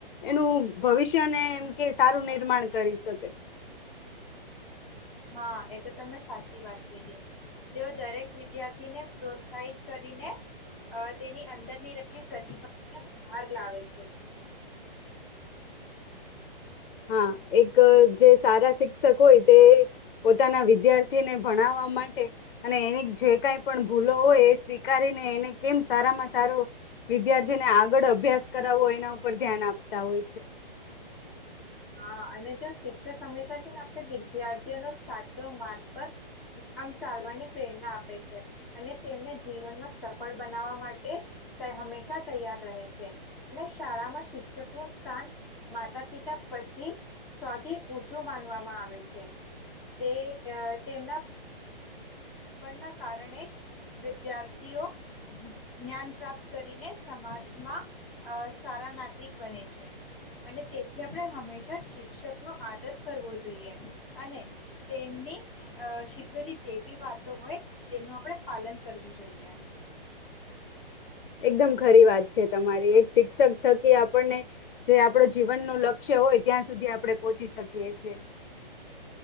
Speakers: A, on the left; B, in the centre.
A: એનું ભવિષ્યને એમ કે સારું નિર્માણ કરીશ. <unintelligible>
B: હા, એ તો તમે સાચી વાત કીધી. તેઓ દરેક વિદ્યાર્થીને પ્રોત્સાહિત કરીને તેની અંદરની રહેલી પ્રતિભાને બહાર લાવે છે.
A: હા, એક જે સારા શિક્ષક હોય તે પોતાના વિદ્યાર્થીને ભણાવવા માટે અને એની જે કઈ પણ ભૂલો હોય એ સ્વીકારીને એને કેમ સારામાં સારો વિદ્યાર્થીને આગળ અભ્યાસ કરાવવો એના ઉપર ધ્યાન આપતા હોય છે.
B: હા અને જો શિક્ષક હંમેશા છે ને આપણે વિદ્યાર્થીઓનો સાચો માર્ગ પર આમ ચાલવાની પ્રેરણા આપે છે અને તેમને જીવનમાં સફળ બનાવવા માટે હંમેશા તૈયાર રહે છે અને શાળામાં શિક્ષક નું સ્થાન માતા પિતા પછી સૌથી ઊંચું માનવામાં આવે છે. તે તેમના <unintelligible> ના કારણે જ વિદ્યાર્થીઓ જ્ઞાન પ્રાપ્ત કરીને સમાજમાં સારા નાગરિક બને છે અને તેથી આપણે હંમેશા શિક્ષક નો આદર કરવો જોઈએ અને તેમની શીખવેલી જે વિવાદ હોય તેનું આપણે પાલન કરવું જોઈએ.
A: એકદમ ખરી વાત છે તમારી એક શિક્ષક થકી આપણને જે આપણો જીવન નો લક્ષ <unintelligible> હોય ત્યાં સુધી આપડણે પહોંચી શકીએ છીએ.